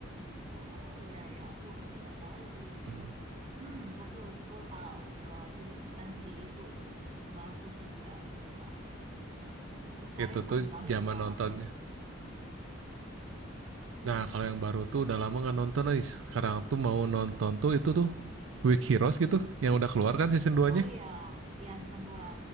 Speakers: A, on the right (about 30°); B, on the right (about 70°).
A: Oh, ya ya, aku aku nggak tahu lagi yang
B: Mm,
A: itu. Hmm, terus Full House. Wah, itu berkesan sih. Itu bagus juga, aku suka. Terus sekarang
B: Itu
A: yang
B: tuh
A: paling baru
B: zaman
A: suka
B: nontonnya.
A: apa?
B: Nah, kalau yang baru tuh udah lama nggak nonton nih. Sekarang tuh mau nonton tuh itu tuh Week Heroes gitu yang udah keluar kan season 2-nya.
A: Oh iya, iya season 2